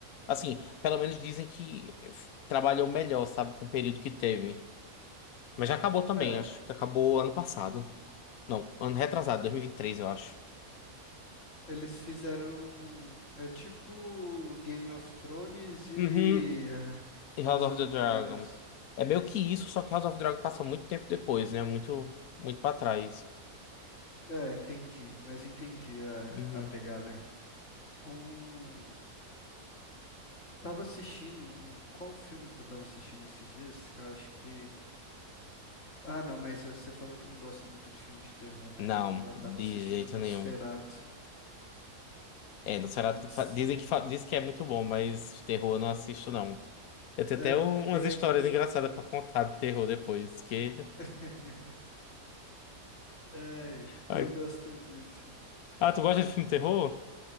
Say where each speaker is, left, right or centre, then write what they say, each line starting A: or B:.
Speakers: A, on the left (about 75°); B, on the left (about 55°).
A: assim, pelo menos dizem que f- trabalhou melhor, sabe, com o período que teve. Mas já acabou também,
B: É,
A: acho que acabou ano passado. Não, ano retrasado, 2023, eu acho.
B: eles fizeram. um, É tipo Game of Thrones e
A: Uhum.
B: ah,
A: E House
B: House
A: of
B: of
A: the Dragon.
B: Dragons.
A: É meio que isso, só que House of the Dragon passa muito tempo depois, né? Muito, muito pra trás.
B: É, entendi, mas entendi a,
A: Uhum.
B: a pegada. Um, tava assistindo um, qual filme que eu tava assistindo esses dias? Que eu acho que. Ah, não, mas você falou que não gosta muito de filme de terror, né?
A: Não,
B: Eu, eu
A: de
B: tava assistindo
A: jeito
B: Nosferatu.
A: nenhum. É, não será.
B: Mas
A: fa- Dizem que, fa- diz que é muito bom, mas terror eu não assisto, não. Eu tenho
B: é
A: até um-
B: porque
A: umas
B: é
A: histórias
B: muito antigo.
A: engraçadas pra contar de terror depois, que.
B: <laughs> Ai,
A: <laughs>
B: eu
A: Ai.
B: gosto muito.
A: Ah, tu gosta de filme terror?